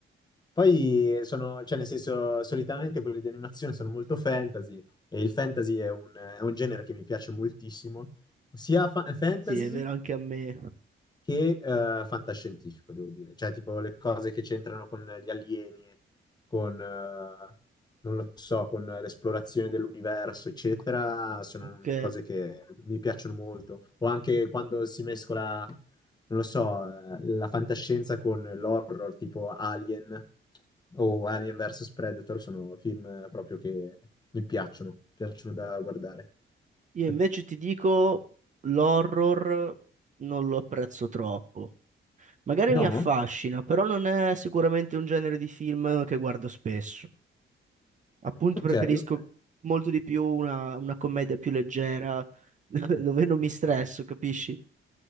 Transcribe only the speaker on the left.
Poi sono, cioè nel senso, solitamente quelli di animazione sono molto fantasy e il fantasy è un, è un genere che mi piace moltissimo, sia fa- fantasy
che eh, fantascientifico, devo dire. Cioè, tipo le cose che c'entrano con gli alieni, con, eh, non lo so, con l'esplorazione dell'universo, eccetera, sono
cose che mi piacciono molto. O anche quando si mescola, non lo so, eh, la fantascienza con l'horror, tipo Alien o Alien vs Predator, sono film proprio che mi piacciono, piacciono da guardare.
Eh,
No?
Ok,
ok,